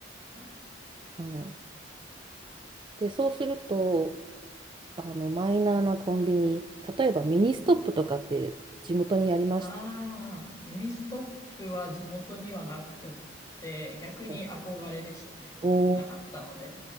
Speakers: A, on the left; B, on the right.
A: はい。
B: はい。で、そうすると、あの、マイナーなコンビニ、例えばミニストップとかって地元にありまして、
A: ああ、ミニストップは地元にはなくって、逆に憧れでしたね。
B: はいおー、
A: なかったので。